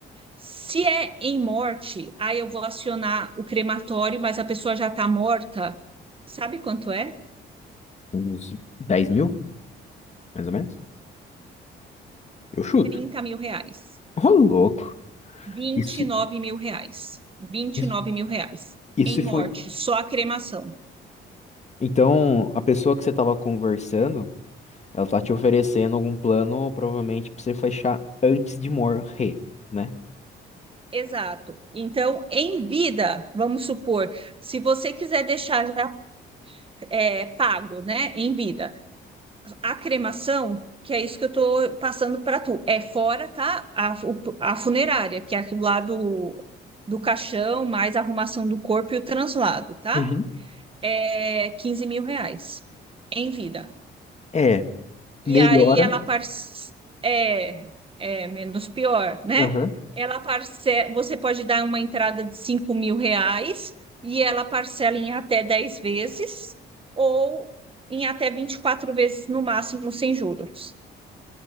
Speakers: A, on the right; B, on the left.
A: Se é em morte, aí eu vou acionar o crematório, mas a pessoa já está morta, Sabe quanto é?
B: Uns 10 mil, mais ou menos? Eu chuto.
A: Trinta mil reais.
B: Ô, louco.
A: Vinte
B: Isso,
A: e nove mil reais. Vinte
B: isso,
A: e nove mil reais.
B: isso
A: Em morte,
B: foi.
A: só a cremação.
B: Então, a pessoa que você estava conversando, ela tá te oferecendo algum plano, provavelmente, pra você fechar antes de morrer, né?
A: Exato. Então, em vida, vamos supor, se você quiser deixar já é, pago, né, em vida, a cremação, que é isso que eu estou passando para tu, é fora, tá? A, a funerária, que é aquilo lá do, do caixão, mais a arrumação do corpo e o translado, tá?
B: Uhum.
A: É quinze mil reais em vida.
B: É,
A: e
B: melhora.
A: aí ela par- é, é menos pior, né?
B: Aham.
A: Ela parce... Você pode dar uma entrada de cinco mil reais e ela parcela em até 10 vezes ou em até 24 vezes no máximo sem juros.